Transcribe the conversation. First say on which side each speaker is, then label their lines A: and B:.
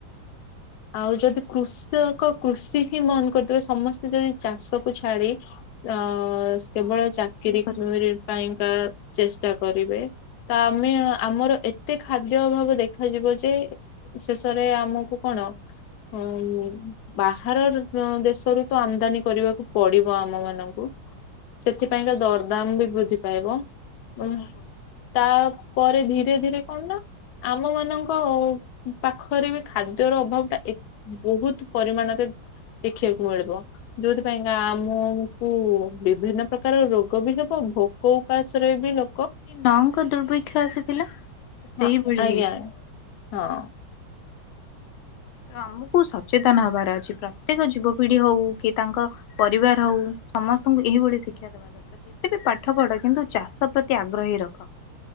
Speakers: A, on the left; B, on the left.
A: ଆଉ ଯଦି କୃଷକ କୃଷି ହିଁ ବନ୍ଦ କରିଦିବ ସମସ୍ତେ ଯଦି ଚାଷକୁ ଛାଡି ଅ କେବଳ
B: ଆମେ
A: ଚାକିର
B: ଚାକିରି କରିବୁ ହଁ
A: ପାଇଁକା ଚେଷ୍ଟା କରିବେ। ତ ଆମେ ଆମର ଏତେ ଖାଦ୍ୟ ଅଭାବ ଦେଖାଯିବ ଯେ, ଶେଷରେ ଆମକୁ କଣ? <inaudible> ବାହାର ଦେଶରୁ ତ ଆମଦାନୀ କରିବାକୁ ପଡିବ ଆମ ମାନଙ୍କୁ। ସେଥିପାଇଁକା ଦରଦାମ ବି ବୃଦ୍ଧି ପାଇବ। ଉ
B: ବହୁତ ହଁ
A: ତାପରେ ଧୀରେ ଧୀରେ କଣ ନା ଆମ ମାନଙ୍କ ପାଖରେ ବି ଖାଦ୍ୟର ଅଭାବ ବହୁତ ପରିମାଣରେ ଦେଖିବାକୁ ମିଳିବ। ଯୋଉଥିପାଇଁକା ଆମକୁ ବିଭିନ୍ନ ପ୍ରକାର ରୋଗ ବି ହବ ଭୋକ ଉପାସରେ ବି ଲ
B: ନଅଙ୍କ ଦୁର୍ଭକ୍ଷ ଆସିଥିଲା। ସେଇଭଳି
A: ହଁ ଆଜ୍ଞା
B: ହେଇଛି।
A: ହଁ।
B: <unintelligible> ସଚେତନ ହବାର ଅଛି। ପ୍ରତ୍ୟେକ ଯୁବପିଢି ହଉ କି ତାଙ୍କ ପରିବାର ହଉ ସମସ୍ତଙ୍କୁ ଏହିଭଳିଆ ଶିକ୍ଷା ଦବାର ଯେତେ ବି ପାଠ ପଢ କିନ୍ତୁ ଚାଷ ପ୍ରତି ଆଗ୍ରହୀ ରଖ।